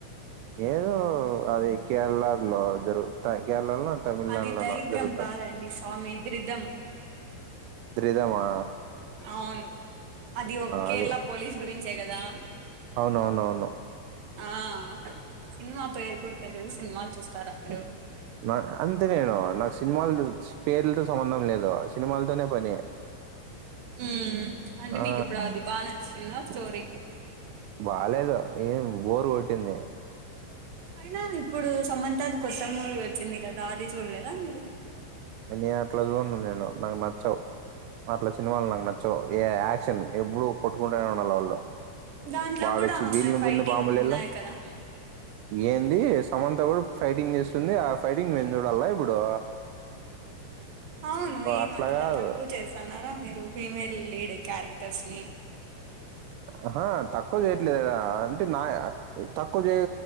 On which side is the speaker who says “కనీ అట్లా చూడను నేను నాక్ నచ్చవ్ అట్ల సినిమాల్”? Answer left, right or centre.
Right